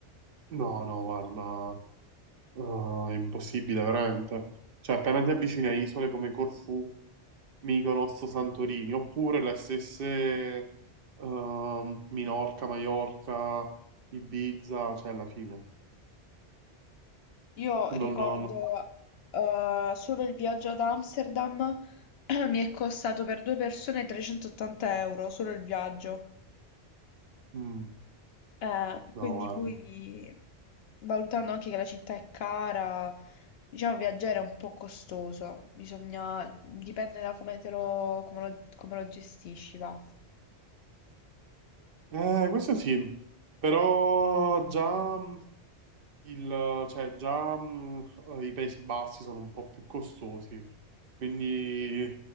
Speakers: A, on the right; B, on the left.
A: no, no, guarda, eh, è impossibile veramente. Cioè, appena ti avvicini a isole come Corfù, Mykonos, Santorini, oppure le stesse ehm, Minorca, Maiorca, Ibiza, cioè alla fine.
B: Io
A: Non,
B: ricordo
A: no, no.
B: eh, solo il viaggio ad Amsterdam <clears throat> mi è costato per due persone 380 euro, solo il viaggio.
A: Mm,
B: Eh, quindi
A: no, guarda.
B: poi, valutando anche che la città è cara, diciamo viaggiare è un po' costoso, bisogna, dipende da come te lo, come lo, come lo gestisci, va.
A: Eh, questo sì, però già mm, Il, cioè, già mh, i Paesi Bassi sono un po' più costosi, quindi il-